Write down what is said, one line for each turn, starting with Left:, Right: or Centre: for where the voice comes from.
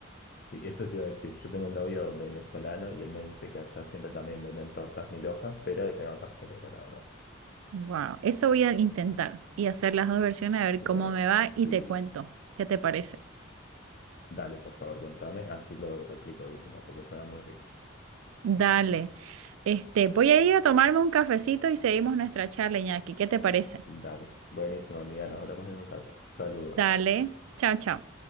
Left: Sí, eso te iba a decir. Yo tengo un novio venezolano y él me dice que allá siempre también venden tortas mil hojas, pero de crema pastelera nada más.
Right: Wow, eso voy a intentar y hacer las dos versiones a ver
Left: Eso
Right: cómo
Left: suena.
Right: me va
Left: Sí,
Right: y te cuento. ¿Qué te parece?
Left: dale, por favor, contame. Así lo replico de última, porque suena muy rico.
Right: Dale. Este, voy a ir a tomarme un cafecito y seguimos nuestra charla, Iñaki. ¿Qué te parece?
Left: Dale. Buenísimo, amiga. Nos hablamos en un rato. Saludos.
Right: Dale. Chao, chao.